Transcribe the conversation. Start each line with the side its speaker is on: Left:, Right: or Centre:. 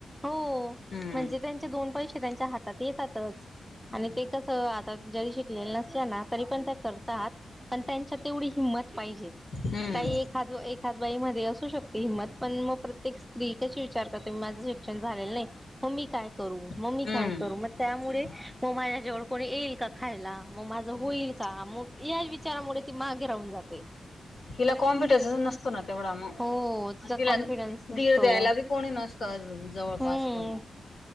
Centre: हो
Left: हम्म
Centre: म्हणजे त्या पैसे त्यांच्या हातात येतातच,
Left: हम्म
Centre: आणि ते कस जरी शिकलेल्या नसल्या ना तरी पण त्या करतात, पण
Left: हम्म
Centre: त्यांच्या तेवढी हिंमत पाहिजे.
Left: हम्म
Centre: काही एखाद एखाद बाईमध्ये असू शकते हिंमत पण मग प्रत्ये क स्त्री कशी विचार करते माझं शिक्षण झालेलं नाही मग मी काय करू मम्मी
Left: हम्म
Centre: काय करू मग त्यामुळे
Left: हम्म
Centre: म मा्या जेवळ कोणी येईल का खायला! मग माझं
Left: हम्म
Centre: होईल का मग या विचारामुळे ती मागे राहून जाते.
Left: हिला कॉन्फिडन्स नसतना तेवढा मग!
Centre: हो तिचा
Left: आणि तिला
Centre: कॉन्फिडन्स नसतो.
Left: धीर द्यायला बी कोणी नसतं अजून जवळपास
Centre: हम्म
Left: कोणी.